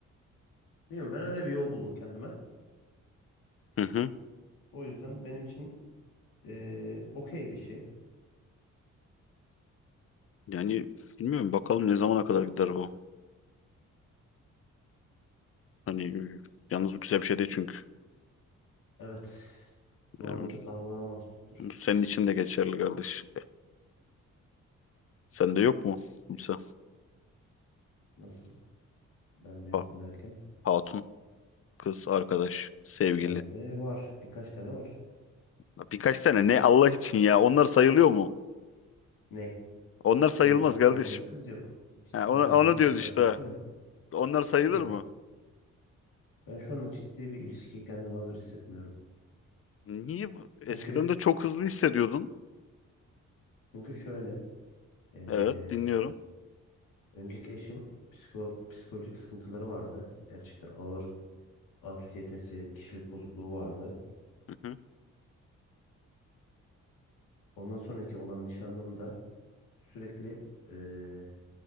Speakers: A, on the left; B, on the left.
A: Bilmiyorum ben öyle bir yol buldum kendime.
B: Hı hı.
A: O yüzden benim için eee, okey bir şey.
B: Yani bilmiyorum bakalım ne zamana kadar gider bu. Hani e, yalnız bu güzel bir şey değil çünkü.
A: Evet. Yalnızlık
B: Yani
A: Allah'a mahsustur.
B: bu senin için de geçerli kardeş. Sende yok mu kimse?
A: Nasıl? Bende yok
B: Ha-
A: mu derken?
B: hatun, kız, arkadaş, sevgili.
A: Bende var. Birkaç tane var.
B: Ya Birkaç tane ne Allah için ya. Onlar sayılıyor mu?
A: Ne?
B: Onlar sayılmaz
A: Yok ciddi
B: kardeşim.
A: olduğum bir kız yok. Ciddi
B: Ha, onu,
A: olduğum
B: onu
A: bir kız
B: diyoruz
A: arkadaşım
B: işte.
A: yok.
B: Onlar sayılır
A: Yok.
B: mı?
A: Ben şu anda ciddi bir ilişkiye kendimi hazır hissetmiyorum.
B: Niye? bu- Eskiden
A: Çünkü
B: de çok hızlı hissediyordun.
A: çünkü şöyle. Ee,
B: Evet, dinliyorum.
A: önceki eşim psiko, psikolojik sıkıntıları vardı. Gerçekten ağır anksiyetesi, kişilik bozukluğu vardı.
B: Hı hı,
A: Ondan sonraki olan nişanlım da sürekli ee,